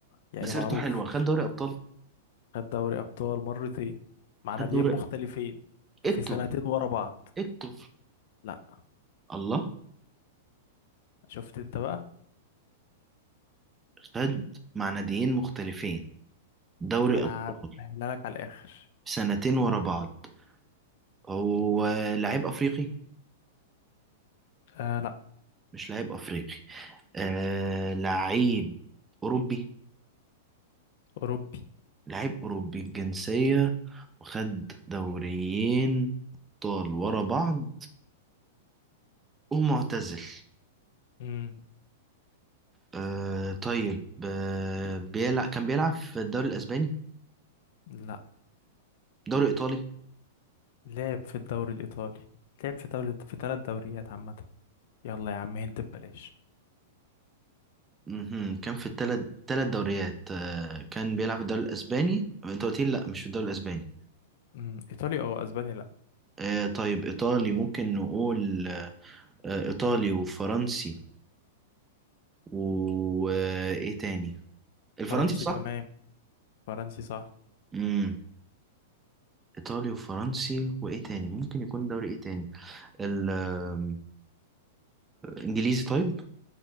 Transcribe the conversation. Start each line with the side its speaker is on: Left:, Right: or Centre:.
Left: يعني
Right: مسيرته
Left: معروف
Right: حلوة خد دوري ابطال
Left: خد دوري أبطال مرتين مع ناديين
Right: خد دوري
Left: مختلفين في
Right: اتو
Left: سنتين ورا بعض
Right: اتو
Left: لا
Right: الله
Left: شفت انت بقى
Right: خد مع ناديين مختلفين دوري
Left: انا
Right: ابطال
Left: بسهلها لك على الآخر
Right: سنتين ورا بعض هو لعيب افريقي
Left: آه لا
Right: مش لعيب افريقي آه لعيب اوروبي
Left: أوروبي
Right: لعيب اوروبي الجنسية وخد دوريين ابطال ورا بعض ومعتزل
Left: مم.
Right: آه طيب آه بيلع... كان بيلعب في الدوري الاسباني
Left: لا
Right: دوري ايطالي
Left: لعب في الدوري الإيطالي لعب في دوري في ثلاث دوريات عامة يلا يا عم انت ببلاش
Right: مهم. كان في التلت تلت دوريات آه، كان بيلعب في الدوري الاسباني انت قلت لي لا مش في الدوري الاسباني
Left: أمم، ايطالي او اسباني لا
Right: آه، طيب ايطالي ممكن نقول آه، ايطالي وفرنسي وايه تاني الفرنسي
Left: فرنسي
Right: صح
Left: تمام فرنسي صح
Right: امم ايطالي وفرنسي وايه تاني ممكن يكون دوري ايه تاني ال- آم، انجليزي طيب